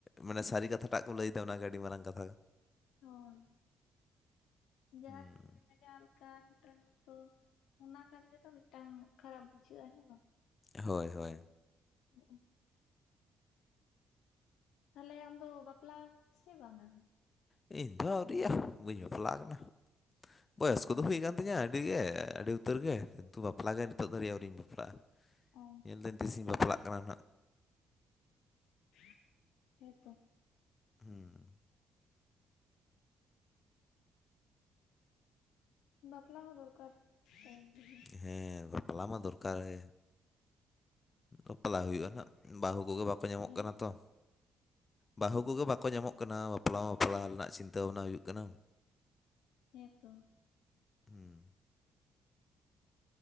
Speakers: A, on the left (about 30°); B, on the left (about 90°).
A: ᱢᱟᱱᱮ ᱥᱟᱹᱨᱤ ᱠᱟᱛᱷᱟ ᱴᱟᱜ ᱠᱚ ᱞᱟᱹᱭᱮᱫᱟ ᱚᱱᱟᱜᱮ ᱟᱹᱰᱤ ᱢᱟᱨᱟᱝ ᱠᱟᱛᱷᱟ
B: ᱦᱳᱭ ᱡᱟᱦᱟᱸ
A: ᱦᱩᱸ
B: ᱛᱤᱱᱟᱹᱜ ᱢᱟᱱᱮ ᱡᱟᱶᱟᱭ ᱞᱮ ᱠᱟᱲᱟ ᱜᱤᱫᱽᱨᱟᱹ ᱦᱚᱸ ᱛᱚ ᱚᱱᱟ ᱠᱟᱱ ᱜᱮᱛᱚ ᱢᱤᱫᱴᱟᱝ ᱠᱷᱟᱨᱟᱯ ᱵᱩᱡᱷᱟᱹᱜ-ᱟ ᱦᱮᱸ ᱵᱟᱝ
A: ᱦᱳᱭ ᱦᱳᱭ
B: ᱦᱩᱸᱜ-ᱩ ᱛᱟᱦᱞᱮ ᱟᱢ ᱫᱚ ᱵᱟᱯᱞᱟᱣ ᱟᱠᱟᱱᱟᱢ ᱥᱮ ᱵᱟᱝᱟ
A: ᱤᱧ ᱫᱚ ᱟᱹᱣᱨᱤᱭᱟ ᱵᱟᱹᱧ ᱵᱟᱯᱞᱟ ᱠᱟᱱᱟ ᱵᱚᱭᱚᱥ ᱠᱚᱫᱚ
B: ᱚ
A: ᱦᱩᱭ ᱠᱟᱱ ᱛᱤᱧᱟᱹ ᱟᱹᱰᱤᱜᱮ ᱟᱹᱰᱤ ᱩᱛᱟᱹᱨ ᱜᱮ ᱠᱤᱱᱛᱩ ᱵᱟᱯᱞᱟ ᱜᱮ ᱱᱤᱛᱚᱜ ᱫᱷᱟᱹᱨᱤᱡ ᱟᱹᱣᱨᱤᱧ ᱵᱟᱯᱞᱟᱜ-ᱟ
B: ᱚ
A: ᱧᱮᱞᱫᱟᱹᱧ ᱛᱤᱥᱤᱧ ᱵᱟᱯᱞᱟᱜ ᱠᱟᱱᱟ ᱱᱟᱜ
B: <inaudible> ᱦᱮᱸᱛᱚ
A: ᱦᱩᱸ
B: ᱵᱟᱯᱞᱟ ᱦᱚᱸ ᱫᱚᱨᱠᱟᱨ ᱴᱟᱭᱤᱢ ᱨᱮᱜᱮ
A: ᱦᱮᱸ ᱵᱟᱯᱞᱟ ᱢᱟ ᱫᱚᱨᱠᱟᱨ ᱜᱮ ᱵᱟᱯᱞᱟᱜ ᱦᱩᱭᱩᱜ-ᱟ ᱱᱟᱜ ᱵᱟᱦᱩ ᱠᱚᱜᱮ ᱵᱟᱠᱚ ᱧᱟᱢᱚᱜ
B: ᱦᱮᱸ
A: ᱠᱟᱱᱟ ᱛᱚ ᱵᱟᱦᱩ ᱠᱚᱜᱮ ᱵᱟᱠᱚ ᱧᱟᱢᱚᱜ ᱠᱟᱱᱟ ᱵᱟᱯᱞᱟ ᱢᱟ ᱵᱟᱯᱞᱟ ᱨᱮᱱᱟᱜ ᱪᱤᱱᱛᱟᱹ ᱵᱷᱟᱱᱟᱭ ᱦᱩᱭᱩᱜ ᱠᱟᱱᱟ
B: ᱦᱮᱸᱛᱚ
A: ᱦᱩᱸ